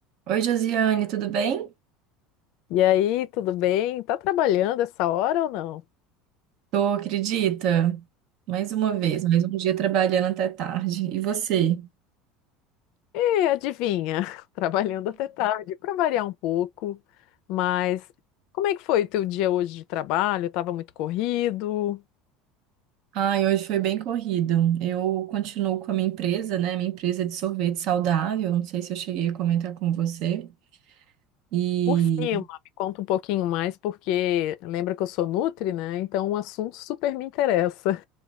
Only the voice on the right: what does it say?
Oi, Josiane, tudo bem?
Tô, acredita? Mais uma vez, mais um dia trabalhando até tarde. E você?
Ai, hoje foi bem corrido. Eu continuo com a minha empresa, né? Minha empresa é de sorvete saudável. Não sei se eu cheguei a comentar com você. E